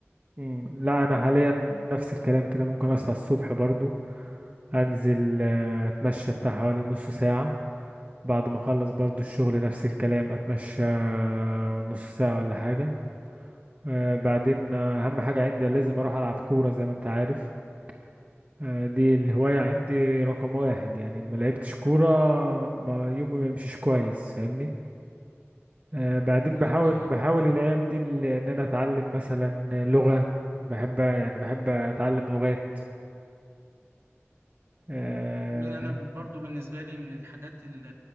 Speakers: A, on the right; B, on the right.
A: امم لا انا حاليا نفس الكلام كده ممكن اصحى الصبح برضو انزل آه، اتمشى بتاع حوالي نص ساعة بعد ما اخلص برضو الشغل نفس الكلام اتمشى نص ساعة ولا حاجة آه، بعدين آه، اهم حاجة عندي لازم اروح العب كورة زي ما انت عارف آه، دي الهواية عندي رقم واحد يعني ما لعبتش كورة ما يومي ما يمشيش كويس فاهمني آه، بعدين
B: حلو
A: بحاول
B: جدا يعني
A: بحاول الايام دي ال- ان انا اتعلم مثلا لغة بحب يعني بحب اتعلم لغات آه،
B: م- أنا برضو بالنسبة لي من الحاجات اللي